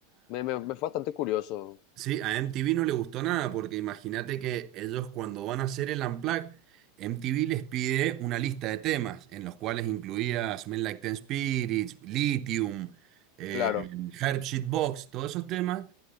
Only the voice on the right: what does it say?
Sí, a MTV no le gustó nada porque imagínate que ellos cuando van a hacer el Unplugged, MTV les pide una lista de temas en los cuales incluía Smell Like Teen Spirits, Lithium, eh,
Herb Box, todos esos temas